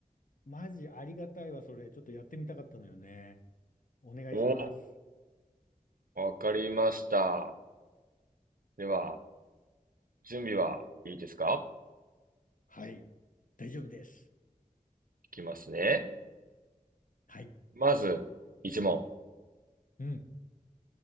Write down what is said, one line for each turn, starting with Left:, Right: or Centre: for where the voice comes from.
Left: マジありがたいわ、それ。ちょっとやってみたかったのよね。お願いします。
Right: お、わかりました。では、準備はいいですか
Left: はい。大丈夫です。
Right: いきますね。
Left: はい。
Right: まず、一問。
Left: うん。